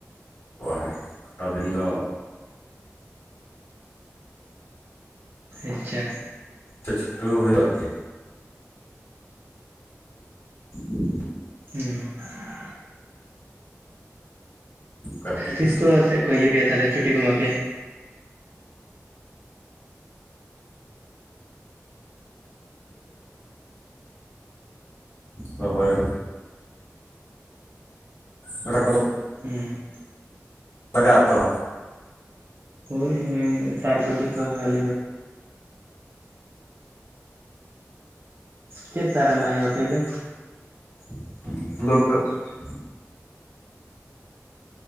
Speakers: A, on the left; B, on the right.
A: ᱮᱭ ᱠᱚᱴᱟ ᱫᱤᱱ ᱫᱚ
B: ᱟᱪᱪᱷᱟ
A: ᱮ ᱪᱷᱩᱴᱟᱹᱣ ᱦᱩᱭᱩᱜᱼᱟ ᱟᱨᱠᱤ <unintelligible>
B: ᱦᱮᱸ
A: ᱠᱟᱹᱴᱤᱡ
B: ᱛᱤᱥᱠᱚ ᱥᱮ ᱤᱭᱟᱹ ᱯᱮᱭᱟ ᱛᱟᱦᱚᱞᱮ ᱪᱷᱩᱴᱤ ᱠᱚᱮᱢᱟ ᱯᱮᱭᱟ
A: ᱫᱚᱦᱚᱭ <unintelligible> <unintelligible>
B: ᱦᱮᱸ
A: ᱞᱟᱜᱟᱜ ᱟᱛᱚ
B: ᱦᱳᱭ ᱤᱱᱟᱹ ᱥᱟᱨ ᱠᱚ ᱪᱮᱫ ᱠᱚ ᱮᱢ ᱦᱩᱭᱩᱜ ᱟᱛᱚ ᱪᱮᱫ ᱥᱟᱨ ᱮᱢᱟᱜ ᱦᱳᱭᱳᱜᱼᱟ ᱯᱳᱭᱞᱳ
A: <unintelligible>